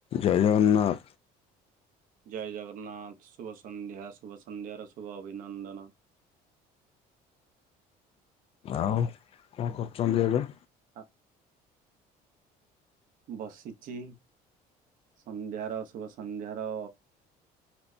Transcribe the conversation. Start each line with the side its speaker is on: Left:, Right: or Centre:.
Left: ଜୟ ଜଗନ୍ନାଥ।
Right: ଜୟ ଜଗନ୍ନାଥ ଶୁଭ ସନ୍ଧ୍ୟା ଶୁଭ ସନ୍ଧ୍ୟାର ଶୁଭ ଅଭିନନ୍ଦନ।
Left: ଆଉ କଣ କରୁଛନ୍ତି ଏବେ?
Right: ଆ ବସିଛି ସନ୍ଧ୍ୟାର ଶୁଭ ସନ୍ଧ୍ୟାର